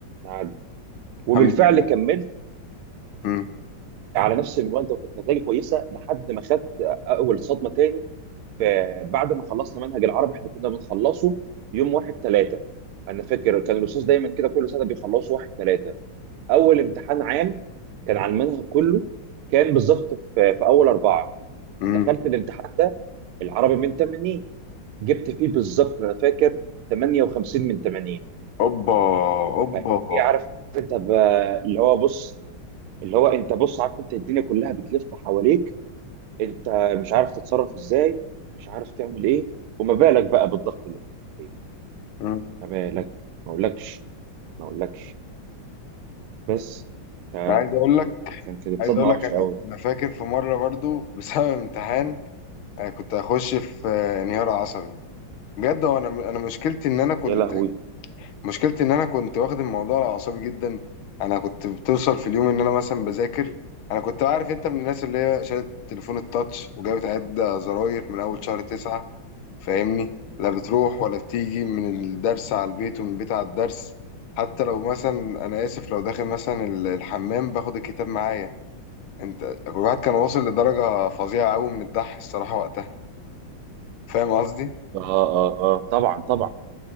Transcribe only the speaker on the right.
نعدي
وبالفعل
كملت
على نفس المنوال ده وكانت نتائجي كويسه لحد ما خدت اول صدمه تاني فبعد ما خلصنا منهج العربي احنا كنا بنخلصه يوم واحد ثلاثة انا فاكر كان الاستاذ دايما كده كل سنه بيخلصوا واحد ثلاثة اول امتحان عام كان عن المنهج كله كان بالظبط في, في اول اربعه
دخلت الامتحان ده العربي من 80 جبت فيه بالظبط انا فاكر 58 من 80
فايه عارف انت ب- اللي هو بص اللي هو انت بص عارف انت الدنيا كلها بتلف حواليك انت مش عارف تتصرف ازاي مش عارف تعمل ايه وما بالك بقى بالضغط اللي كنت عليه
ما بالك ما اقولكش ما اقولكش بس ف...
كان كانت
صدمه
وحشه
قوي
يا لهوي
اه اه اه طبعا طبعا